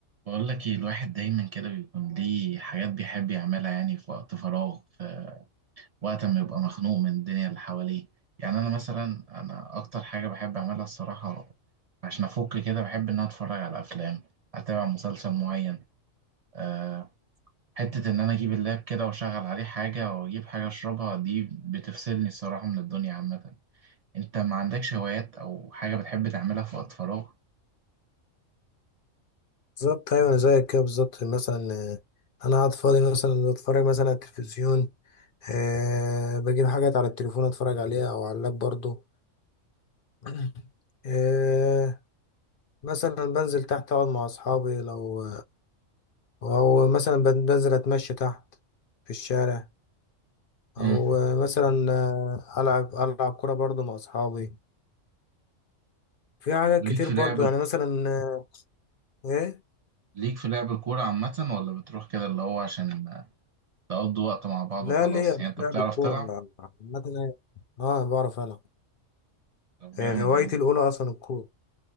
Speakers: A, on the right; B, on the left.
A: بقول لك ايه الواحد دايما كده بيكون ليه حاجات بيحب يعملها يعني في وقت فراغ في وقت ما يبقى مخنوق من الدنيا اللي حواليه يعني انا مثلا انا اكتر حاجة بحب اعملها الصراحة عشان افك كده بحب ان انا اتفرج على افلام اتابع مسلسل معين أه حتة ان انا اجيب اللاب كده واشغل عليه حاجة واجيب حاجة اشربها دي بتفصلني الصراحة من الدنيا عامة انت ما عندكش هوايات او حاجة بتحب تعملها في وقت فراغ؟
B: بالظبط ايوه انا زيك كده بالظبط مثلا آه، انا قاعد فاضي مثلا بتفرج مثلا على التلفزيون أه بجيب حاجات على التليفون اتفرج عليها او على اللاب برضو <clears throat> أه مثلا بنزل تحت اقعد مع اصحابي لو او مثلا بن- بنزل اتمشى تحت في الشارع
A: مم.
B: او آه، مثلا آه، العب العب كرة برضو مع اصحابي في حاجات
A: وليك
B: كتير
A: في
B: برضو
A: لعب
B: يعني مثلا آه، ايه
A: ليك في لعب الكورة عامة ولا بتروح كده اللي هو عشان تقضوا وقت مع بعض
B: لا
A: وخلاص
B: ليه
A: يعني انت
B: لعب
A: بتعرف
B: الكورة
A: تلعب
B: عامة أنا- اه بعرف العب
A: طب جامد
B: آه، هوايتي
A: يا عم
B: الأولى أصلا الكورة